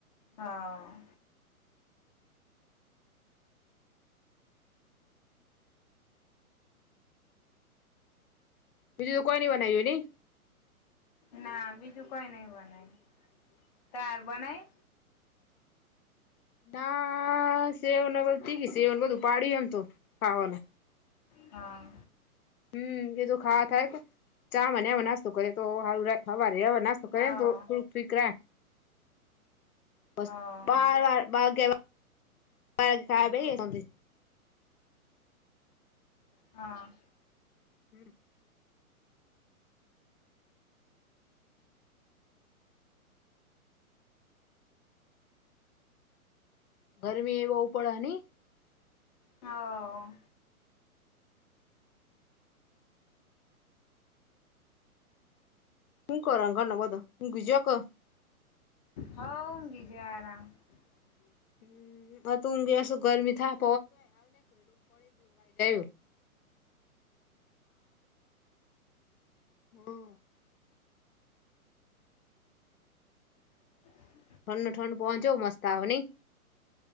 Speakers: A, on the left; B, on the left.
A: હા.
B: બીજું તો કોઈ નઈ બનાવ્યું નઈ
A: ના બીજું કોઈ નહ બનાય તાર બનાય
B: ના સેવ ન <unintelligible> તેઓને બધું પાડી એમ તો ખાવાનું
A: હા.
B: હમ એ તો ખાવા થાય કે ચા <unintelligible> નાસ્તો કરે તો હારું રે હવારે <unintelligible> નાસ્તો કરે
A: હા
B: ને <unintelligible> બસ
A: હા
B: બાર વાર <unintelligible> <unintelligible>
A: હા.
B: <inaudible> <unintelligible> <unintelligible>
A: હવ.
B: હું કરે <unintelligible> બધા? <unintelligible>
A: હ <unintelligible>
B: <unintelligible> શું ગરમી થા <unintelligible> <unintelligible> <unintelligible>
A: <inaudible>
B: ઠંડ ઠંડ ચો મસ્ત આવે નઈ